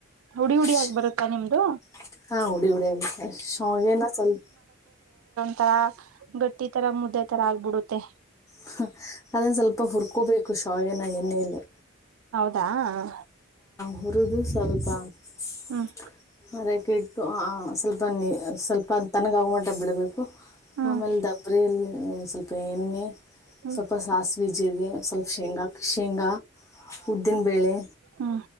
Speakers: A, on the right; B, on the left.
A: ಹುಡಿ
B: ಟಕ್
A: ಹುಡಿ ಆಗಿ ಬರುತ್ತಾ ನಿಮ್ಮದು
B: ಪ್ಚ್ ಹಾ ಉಡಿ ಉಡಿ ಪ್ಚ್ ಇರುತ್ತೆ ಶಾವಗೇನಾ ಸ್ವಲ್ಪ.
A: ತ್ತಾ ಗಟ್ಟಿ ತರ ಮುದ್ದೆ ತರ ಆಗ್ಬಿಡುತ್ತೆ
B: ಹ್ಹ ಅದುನ ಸ್ವಲ್ಪ ಹುರ್ಕೋಬೇಕು ಶಾವಗೇನ ಎಣ್ಣೆಯಲ್ಲಿ.
A: ದಾ ಆಆಆ
B: ಹುರುದು ಸ್ವಲ್ಪ ಜ್ಜಿ
A: ಹ್ಮ್
B: ಆರಕಿಟ್ಟು. ಆ ಸ ಸ್ವಲ್ಪ ನೀ ಸ್ವಲ್ಪ ತನ್ನಗ ಆಗುವಟ ಗಂಟಾ ಬಿಡಬೇಕು
A: ಹ್ಮ್
B: ಆಮೇಲೆ ದಬ್ಬರಿಲ್ಲಿ ಸ್ವಲ್ಪ ಎಣ್ಣೆ
A: ಹ್ಮ್
B: ಸ್ವಲ್ಪ ಸಾಸಿವೆ ಜಿರ್ಗೆ ಸ್ವಲ್ಪ ಶೇಂಗಾಕ ಶೇಂಗಾ ಪ್ಚ್ ಉದ್ದಿನಬೇಳೆ.
A: ಹಾ